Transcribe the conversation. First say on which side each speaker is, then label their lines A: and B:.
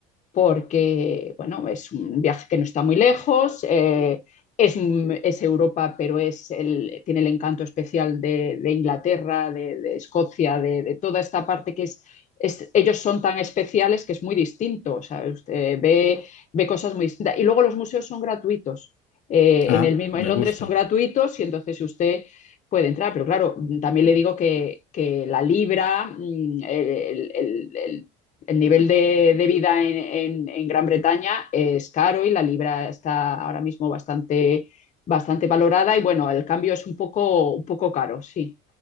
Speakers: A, on the left (about 40°); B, on the left (about 80°).
A: porque, bueno, es un viaje que no está muy lejos, eh, es, es, Europa, pero es el, tiene el encanto especial de, de Inglaterra, de, de Escocia, de, de, toda esta parte que es, es, ellos son tan especiales que es muy distinto, o sea, usted ve, ve cosas muy distintas. Y luego los museos son gratuitos, eh,
B: Ah,
A: en, el mismo,
B: me
A: en Londres
B: gusta.
A: son gratuitos y entonces usted puede entrar, pero claro, también le digo que, que la libra, mm, el, el, el, el nivel de, de vida en, en, en, Gran Bretaña es caro y la libra está ahora mismo bastante, bastante valorada y bueno, el cambio es un poco, un poco caro, sí.